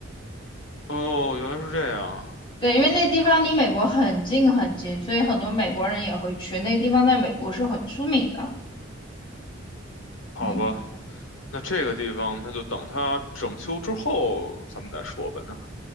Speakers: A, on the left (about 85°); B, on the left (about 25°).
A: 哦，原来是这样，
B: 对，因为那地方离美国很近很近，所以很多美国人也会去。那地方在美国是很出名的，
A: 好吧，
B: 嗯，
A: 那这个地方那就等他整修之后咱们再说吧。那